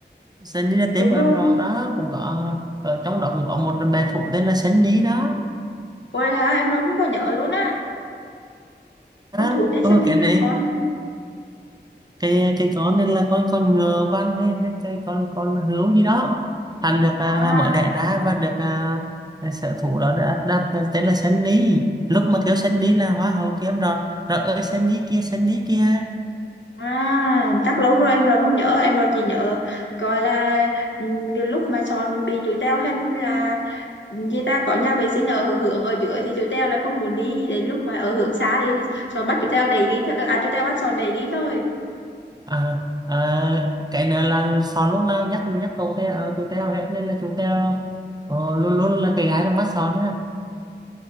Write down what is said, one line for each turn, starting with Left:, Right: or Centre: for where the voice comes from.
Right: sen lý là
Left: đúng
Right: tiếng của
Left: rồi
Right: em rồi đó cũng có ở trong đó cũng có một bé thú tên là sen lý đó
Left: ôi hả em đâu không có nhớ luôn á
Right: đó
Left: con thủ tế
Right: ôi
Left: sinh lý
Right: cái này
Left: là con
Right: cây cây con này là con con ngựa văn hay hay cây con con hươu gì đó hắn được
Left: à
Right: à, mới đẻ ra và được à, à, sở thủ đó đã đặt tên là Sơn lý lúc mà kêu Sơn lý là hoa hậu kia em rồi rồi ơi Sơn lý kia Sơn lý kia
Left: À, chắc lâu rồi em rồi không nhớ em rồi chỉ nhớ coi là ừ, cái lúc mà Son bị chú Teo hình là chị ta có nhà vệ sinh ở hướng ở dưới thì chú Teo lại không muốn đi đến lúc mà ở hướng xa đi thì Son bắt chú Teo đẩy đi thôi à chú Teo bắt Son đẩy đi thôi
Right: à, à, cái này là sò lúc nào nhắc nhắc cậu teo chú teo hết nên là chú teo ờ, luôn luôn là cái gái trong mắt sò đó